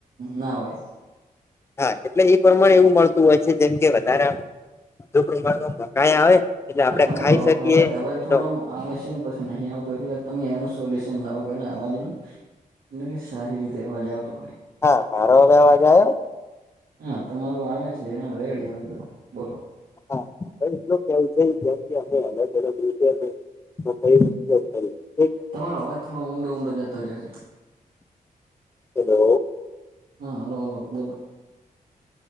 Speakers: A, on the right; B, on the left.
A: ના હોય
B: હા એટલે એ પ્રમાણે એવું મળતું હોય છે જેમ કે વધારે દો પ્રકારનું મકાઈ આવે. એટલે
A: હા
B: આપડે
A: તમારો
B: ખાઈ શકીએ
A: અ અવાજ અવાજ
B: એમનો
A: થોડો આવે છે ને પછી નહીં આવતો એટલે તમે એનું સોલ્યુશન લાવો પેલા અવાજ નો એટલે કે સારી રીતે અવાજ આવતો હોય.
B: હા મારો હવે અવાજ આયો.
A: હા તમારું આવે છે હા રેડી આવેે બોલો
B: હા એટલો કેવ છે જેમ કે અમે અલગ અલગ રીતે અ હા કંઈ કેમ કરી
A: તમારો અવાજ થોડો ઊંડો ઊંડો જતો રહ્યોશે.
B: હેલો
A: હા હલો હલો બોલો